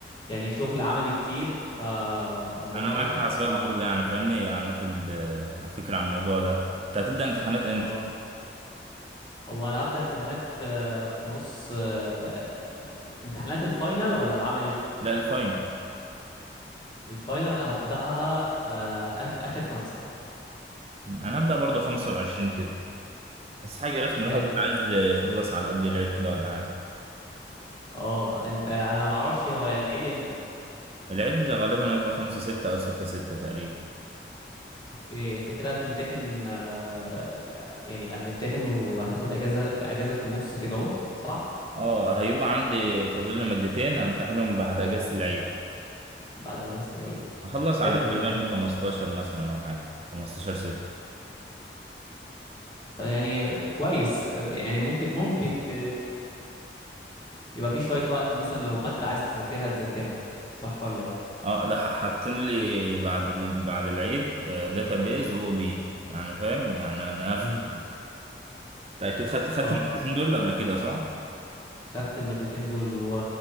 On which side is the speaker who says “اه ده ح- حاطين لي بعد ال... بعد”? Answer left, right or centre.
Right